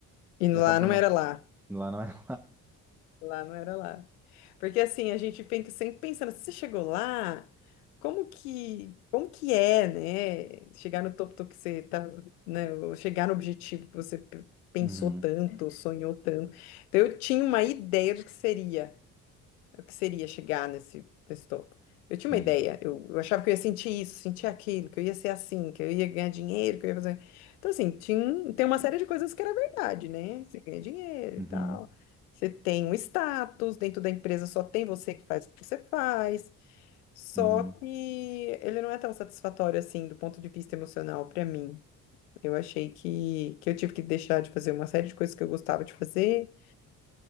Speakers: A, on the left; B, in the centre.
A: E lá
B: e acabou
A: não
B: não.
A: era lá.
B: Lá não era.
A: Lá não era lá. Porque assim, a gente fica sempre pensando, se você chegou lá, como que, como que é, né? Chegar no topo do que você tá, né? Ou chegar no objetivo que você p- pensou
B: Uhum.
A: tanto, sonhou tanto. Então eu tinha uma ideia do que seria o que seria chegar nesse, nesse topo. Eu tinha
B: E-
A: uma ideia, eu, eu achava que eu ia sentir isso, sentir aquilo, que eu ia ser assim, que eu ia ganhar dinheiro, que eu ia fazer. Então, assim, tinha, um- tem uma série de coisas que era verdade, né? Você ganha dinheiro
B: Uhum,
A: e tal. Você tem um status, dentro da empresa só tem você que faz o que você faz. Só
B: uhum.
A: que ele não é tão satisfatório assim do ponto de vista emocional para mim. Eu achei que, que eu tive que deixar de fazer uma série de coisas que eu gostava de fazer.